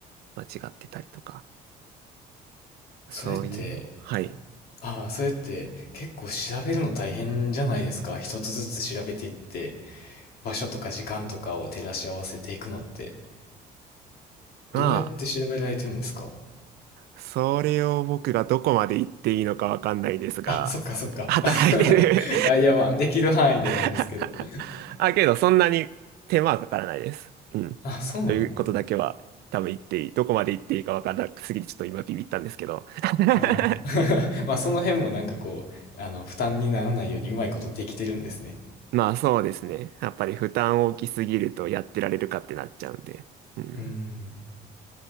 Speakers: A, on the right (about 70°); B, on the left (about 65°).
A: 間違ってたりとか、そういうの。
B: それって、
A: はい。
B: はいああ、それって結構調べるの大変じゃないですか。一つずつ調べていって、場所とか時間とかを照らし合わせていくのって。
A: まあ
B: どうやって調べられてるんですか
A: それを僕がどこまで言っていいのかわかんないですが、
B: あ、そっかそっか。
A: 働いてる
B: <laughs> あ、いや、まあ、できる範囲でなんですけど。
A: <laughs>
B: <laughs>
A: あ、けどそんなに手間はかからないです。うん。
B: あ、そうなんだ。
A: ということだけは多分言っていい。どこまで言っていいかわからなくすぎてちょっと今ビビったんですけど。<laughs>
B: ああ。<laughs> まあ、その辺もなんかこう、あの、負担にならないようにうまいことできてるんですね。
A: まあそうですね。やっぱり負担大きすぎるとやってられるかってなっちゃうんで。うん。
B: うーん。